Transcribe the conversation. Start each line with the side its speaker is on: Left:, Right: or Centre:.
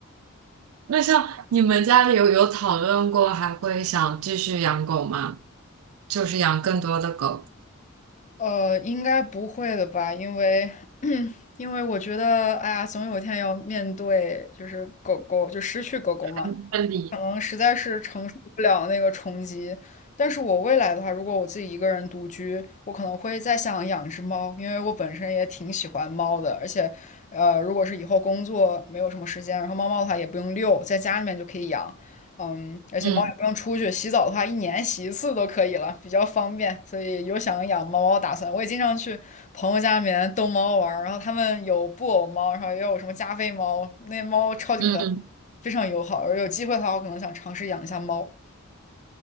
Right: 那像你们家里有有讨论过还会想继续养狗吗？就是养更多的狗。
Left: 呃，应该不会的吧？因为 <clears throat> 因为我觉得，哎呀，总有一天要面对，就是狗狗就失去狗狗嘛。
Right: 分离。
Left: 可能实在是承受不了那个冲击。但是我未来的话，如果我自己一个人独居，我可能会再想养只猫，因为我本身也挺喜欢猫的，而且，呃，如果是以后工作没有什么时间，然后猫猫的话也不用遛，在家里面就可以养，嗯，而且猫也不用出去，
Right: 嗯
Left: 洗澡的话一年洗一次都可以了，比较方便，所以有想养猫猫的打算。我也经常去朋友家里面逗猫玩儿，然后他们有布偶猫，然后也有什么加菲猫，那猫超级可爱。
Right: 嗯
Left: 非常友好。而有机会的话，我可能想尝试养一下猫。